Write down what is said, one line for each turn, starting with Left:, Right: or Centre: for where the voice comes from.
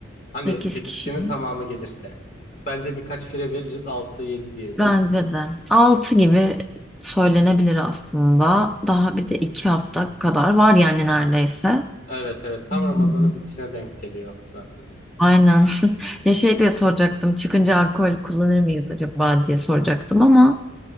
Left: Hani
Centre: sekiz
Left: 8
Centre: kişi.
Left: kişinin tamamı gelirse. Bence birkaç fire veririz. altı yedi diyelim.
Centre: Bence de. 6 gibi söylenebilir aslında. Daha bir de 2
Left: Hı?
Centre: hafta kadar var yani neredeyse.
Left: Evet evet. Tam
Centre: Hmm.
Left: Ramazan'ın bitişine denk geliyor zaten.
Centre: Aynen. <laughs> Ya şey diye soracaktım. Çıkınca alkol kullanır mıyız acaba diye soracaktım ama